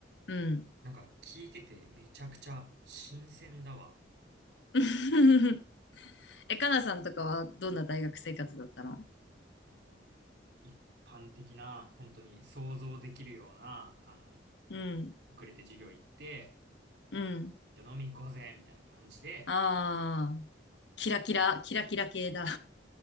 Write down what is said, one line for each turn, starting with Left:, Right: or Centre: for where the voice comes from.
Left: うん。
Right: なんか聞いててめちゃくちゃ新鮮だわ。
Left: <laughs> え、かなさんとかはどんな大学生活だったの
Right: えーもう一般的な、本当に想像できるような、あの、
Left: うん、
Right: 遅れて授業行って、
Left: うん。
Right: じゃあ飲み行こうぜみたいな感じで、
Left: ああ、キラキラ、キラキラ系だ。